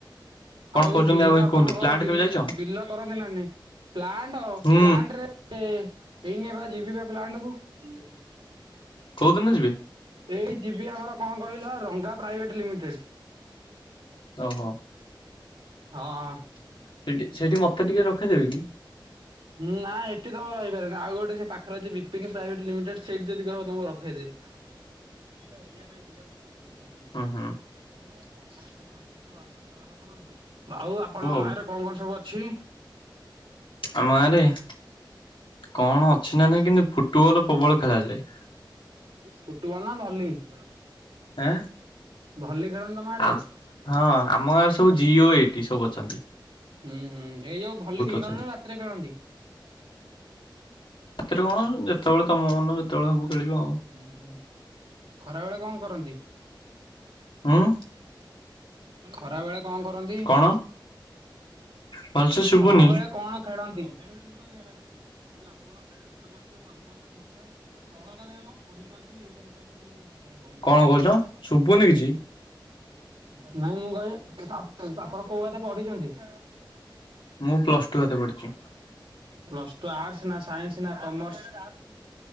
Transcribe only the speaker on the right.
ଆଉ
ବିଲ
ଆପଣଙ୍କର
ବିଲ
ବିଲ କରନ୍ତି ନା ନାଇଁ ପ୍ଲାଣ୍ଟ
ପ୍ଲାଣ୍ଟ ରେ । ରେ ଏଇନେ ବା ଜିବିିବା ପ୍ଲାଣ୍ଟ କୁ ।
ଏଇ ଯିବି। ଆମର କଣ କହିଲ ରଙ୍ଗା ପ୍ରାଇଭେଟ ଲିମିଟେଡ ।
ହଁ ।
ନାଁ ଏଠି ତମେ ରହିପାରିଅନି ଆଉ ଗୋଟେ ସେ ପାଖରେ ଅଛି ସେ ବିପିନି ପ୍ରାଇଭେଟ ଲିମିଟେଡ୍ ସେଇଠି ଯଦି କହିବ ତମକୁ ରଖେଇଦେବି । ଏଇଟା ଓଡିଆ ନାଇଁ, ଗୋଟେ କଣ?
ସମସ୍ତ ସଜ ବାଷ <unintelligible> ଚୟନ କରନ୍ତୁ ଆଉ ଆପଣଙ୍କ
ଗାଁ ରେ କଣ କଣ ସବୁ ଅଛି?
ଫୁଟବଲ ନା ଭଲି ।
ଭଲି। ଆଡେ
ହୁଁ ହୁଁ ଏଇ ଯୋଉ ଭଲି ଦିନରେ
ରାତିରେ ଖେଳନ୍ତି ।
ହୁଁ ହୁଁ ଖରା ବେଳେ କଣ କରନ୍ତି?
ଖରା ବେଳେ କଣ କରନ୍ତି?
ଖରା ବେଳେ କଣ? ଖେୁିବ <unintelligible> ତତେ ଖନ ଏ ଯେ ଆପଣ ଶେଷ କରଥିବେ ସର୍ବସ୍ୱ ଶିକ୍ଷା ତଳଟା ଦେମ ବଢିାରୁିବ ଇଏ କରିପାରୁି କିନ୍ତୁ କ
<unintelligible>
ନାଇଁ ମୁଗାଇ <unintelligible> ବାପା କୋଉ ଆତେ ପଢିଛନ୍ତି ।
ହଁ <unintelligible> ତୁ ଆର୍ଟସ ନା ସାଇନ୍ସ ନା କମର୍ସ ।